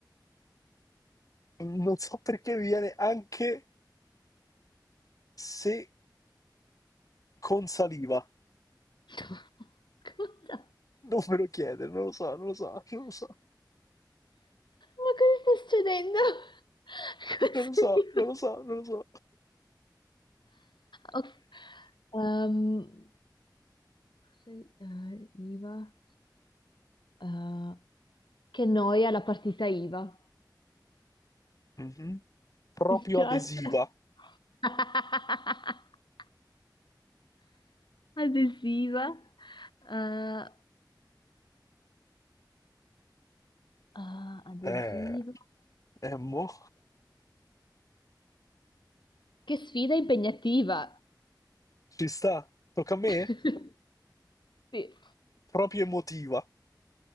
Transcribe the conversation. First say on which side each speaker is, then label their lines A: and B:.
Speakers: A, on the left; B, on the left.
A: Non so perché mi viene anche se con saliva.
B: <laughs> Cosa?
A: Non me lo chiede, non lo so, non lo so, non lo so.
B: Ma cosa sta succedendo? <laughs> Questo
A: Non lo so,
B: libro?
A: non lo so, non lo so.
B: Ok, ehm, sei- eh, IVA, eh, che noia la partita IVA.
A: Mhm. Proprio
B: Mi spiace.
A: adesiva.
B: <laughs> Adesiva. eh, eh, adesiva.
A: Eh, eh, mo,
B: Che sfida impegnativa.
A: ci sta. Tocca a me?
B: <laughs> Sì.
A: Proprio emotiva.